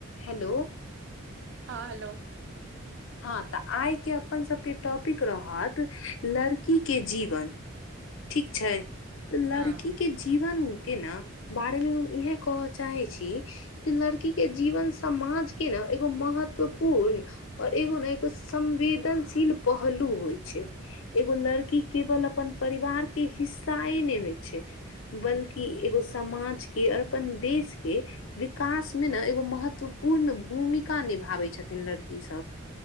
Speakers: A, on the left; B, on the right.
A: Hello
B: हँ hello
A: हँ तऽ आइके अपन सबके टॉपिक रहत लड़की के जीवन ठीक छै तऽ लड़की
B: हँ
A: के जीवन के न बारे मे हम इह कहऽ चाहै छी कि लड़की के जीवन समाज के ने एगो महत्वपूर्ण और एगो ने एगो संवेदनशील पहलू होइ छै। एगो लड़की केवल अपन परिवार के हिस्साए ने होइ छै बल्कि एगो समाज के और अपन देश के विकास मे ने एगो महत्वपूर्ण भूमिका निभाबै छथिन लड़की सब